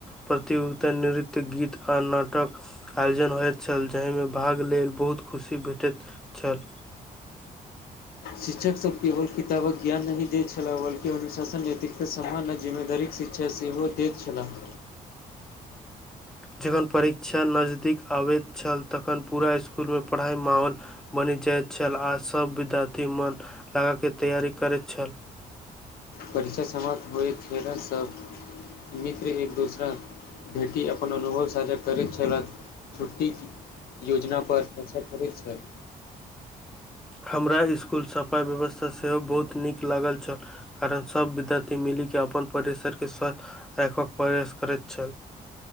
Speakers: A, in the centre; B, on the left (about 80°).
A: प्रतियोगिता नृत्य गीत आ नाटक आयोजन होइत छल जाहि मे भाग लेल बहुत खुशी भेटैत छल
B: शिक्षक सभ केवल किताबक ज्ञान नहीं देैत छलाह बल्कि अुशासन नैतिकता समान आ जिम्मेदारीक शिक्ष क्षा सेहो दैत छलाह
A: जखन परीक्षा नजदीक आबैत छल तखन पूरा इस्कुल मे पढ़ाइ माहौल बनि जाइत छल आ सब विद्यार्थी मन लगा के तैयारी करैत छल
B: परीचय समाप्त होइत छलास सभ मित्र एक दोसरा बेटी अपन <unintelligible> करैत छलह छुट्टी योजना पर चर्चा करै छै
A: हमरा ईस्कुल सफा व्यवस्था सेहो बहुत नीक लागल छल कारण सब विद्यार्थी मिली के अपन परिसर के स्तब्ध राखब के प्रयास करै छैल